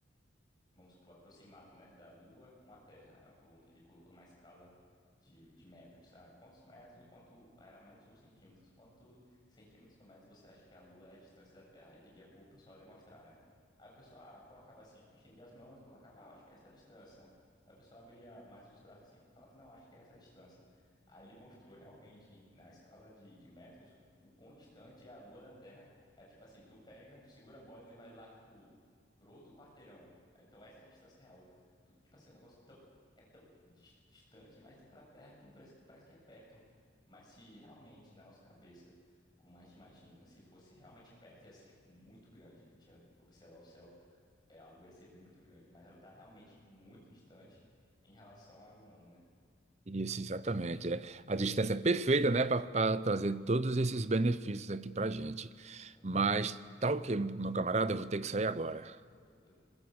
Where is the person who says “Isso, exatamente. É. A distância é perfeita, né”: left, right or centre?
Right